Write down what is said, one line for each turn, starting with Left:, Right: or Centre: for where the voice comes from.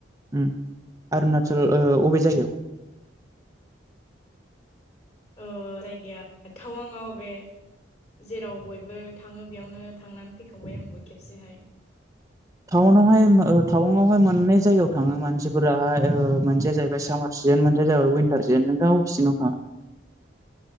Right: उम्म अरुणाचल ओ अबे जायगायाव?
Left: ओ जायगाया टावांआव बे जेराव बयबो थाङो बेयावनो थांनानै फैख <unintelligible> खेबसेहाय
Right: टावानावहाय ओ टावांङावहाय मोननै जायगायाव थाङो मानसिफोराहाय मोनसेया जाहैबाय सामार सिजोन मोनसे जाबाय विनटार नोंथांङा अबे सिजिनाव थाङा?